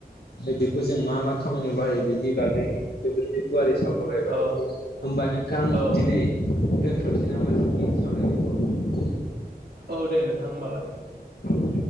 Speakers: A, on the left; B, on the right.
A: बेखौ जों मा मा खामानियाव बाहायो बेनि बागै जोबोरै गुवारारै साव सरायबाय
B: औ
A: होमबा नोंथां
B: औ
A: दिनै दोनथ'नोसै नामा जोंनि सावरायनायखौ।
B: औ दे नोंथां होनबालाय।
A: औ।